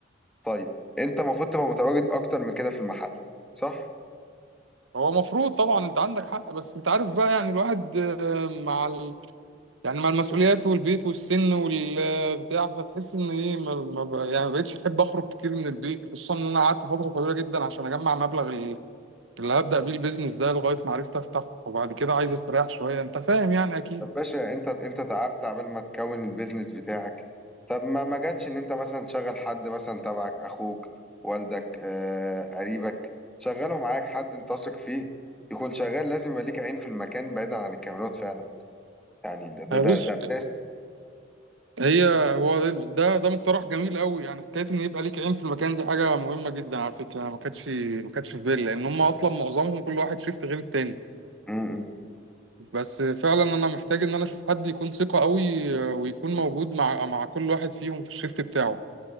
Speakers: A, in the centre; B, on the right (about 80°).
A: طيب انت المفروض تبقى متواجد اكتر من كده في المحل صح
B: هو مفروض طبعا انت عندك حق بس انت عارف بقى يعني الواحد آه، مع ال... يعني مع المسؤوليات والبيت والسن والبتاع فتحس ان ايه ما ما ب... يعني ما بقتش احب اخرج كتير من البيت خصوصا ان انا قعدت فترة طويلة جدا عشان اجمع مبلغ اللي هبدأ بيه البيزنس ده لغاية ما عرفت أفتحه وبعد كده عايز أستريح شوية أنت فاهم يعني أكيد
A: طب باشا انت انت تعبت عبال ما تكون البيزنس بتاعك طب ما ما جاتش ان انت مثلا تشغل حد مثلا تبعك اخوك والدك آه قريبك شغله معاك حد انت واثق فيه يكون شغال لازم يبقى ليك عين في المكان بعيدا عن الكاميرات فعلا يعني ده ده
B: يعني
A: ده
B: بص
A: ده اساس
B: هي هو ده ده ده مقترح جميل قوي يعني حكاية إن يبقى ليك عين في المكان دي حاجة مهمة جدا على فكرة ما كانتش ما كانتش في بالي لأن هم أصلا معظمهم كل واحد شيفت غير التاني
A: م- م.
B: بس فعلا أنا محتاج إن أنا أشوف حد يكون ثقة قوي آه، ويكون موجود مع مع كل واحد فيهم في الشيفت بتاعه